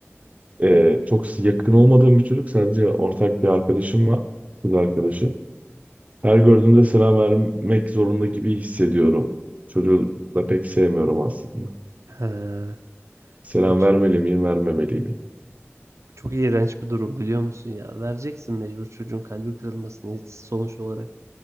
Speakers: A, on the right; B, on the right.
A: Ee, çok yakın olmadığım bir çocuk. Sadece ortak bir arkadaşım var. Kız arkadaşı. Her gördüğümde selam vermek zorunda gibi hissediyorum. Çocuğu da pek sevmiyorum aslında.
B: He,
A: Selam
B: o, ç-
A: vermeli miyim, vermemeli miyim?
B: o çok iğrenç bir durum biliyor musun ya? Vereceksin mecbur çocuğun kalbi kırılmasını sonuç olarak.